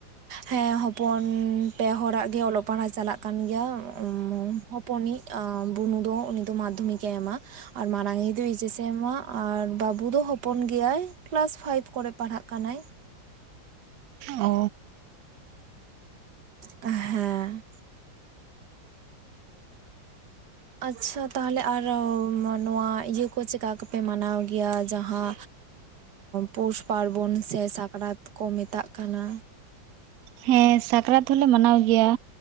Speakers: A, on the right (about 60°); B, on the right (about 75°).
A: ᱦᱮᱸ ᱦᱚᱯᱚᱱ ᱯᱮ ᱦᱚᱲᱟᱜ ᱜᱮ ᱚᱞᱚᱜ ᱯᱟᱲᱦᱟᱣ ᱪᱟᱞᱟᱜ ᱠᱟᱱ ᱜᱮᱭᱟ ᱩᱸ ᱯᱩᱱᱤᱪ ᱵᱩᱱᱩ ᱫᱚ ᱩᱱᱤ ᱫᱚ ᱢᱟᱫᱽᱫᱷᱚᱢᱤᱠᱮ ᱮᱢᱟ ᱟᱨ ᱢᱟᱨᱟᱝᱤᱡ ᱫᱚ ᱮᱭᱤᱪᱮᱥ ᱮ ᱮᱢᱟ ᱟᱨ ᱵᱟᱵᱩ ᱫᱚ ᱦᱚᱯᱚᱱ ᱜᱮᱭᱟᱭ ᱠᱮᱞᱟᱥ ᱯᱷᱟᱭᱤᱵ ᱠᱚᱨᱮ ᱯᱟᱲᱦᱟᱜ ᱠᱟᱱᱟᱭ
B: ᱚᱻ
A: ᱦᱮᱸ ᱟᱪᱪᱷᱟ ᱛᱟᱦᱚᱞᱮ ᱟᱨ ᱱᱚᱣᱟ ᱤᱭᱟᱹ ᱠᱚ ᱪᱮᱠᱟ ᱠᱚᱯᱮ ᱢᱟᱱᱟᱣ ᱜᱮᱭᱟ ᱡᱟᱸᱦᱟ ᱯᱳᱥ ᱯᱟᱨᱵᱚᱱ ᱥᱮ ᱥᱟᱠᱨᱟᱛ ᱠᱚ ᱢᱮᱛᱟᱜ ᱠᱟᱱᱟ
B: ᱦᱮᱸ ᱥᱟᱠᱨᱟᱛ ᱫᱚᱞᱮ ᱢᱟᱱᱟᱣ ᱜᱮᱭᱟ